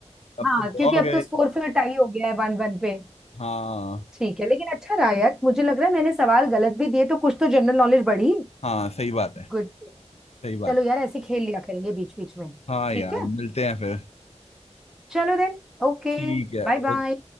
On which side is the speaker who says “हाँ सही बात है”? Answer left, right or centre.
Left